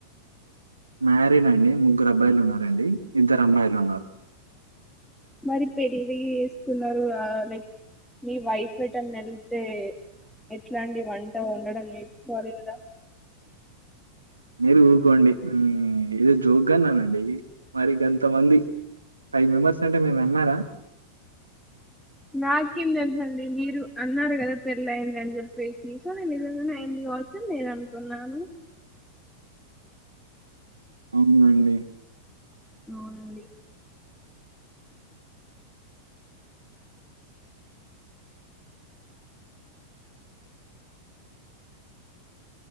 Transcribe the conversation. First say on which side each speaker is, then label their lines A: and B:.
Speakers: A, on the right; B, in the centre.
A: మ్యారీన్ అండి ముగ్గురు అబ్బాయిలు ఉన్నారండి ఇద్దరు అమ్మాయిలు ఉన్నారు
B: మరి పెళ్ళి వేసుకున్నారు ఆ లైక్ మీ వైఫ్ ఎటైనా వెళ్తే ఎట్లా అండి వంట వండడం నేర్చుకోవాలి కదా
A: మీరు ఊకోండి ఉమ్ ఇదో జోక్ గా అన్నానండి మరి గంత మంది ఫైవ్ మెంబర్స్ అంటే మీరు నమ్మారా
B: నాకేం తెలుసండి మీరు అన్నారు కదా పెళ్ళ అయింది అని చెప్పేసి సో నేను నిజంగానే అయింది కావచ్చు నేను అనుకున్నాను
A: అవునండి
B: అవునండి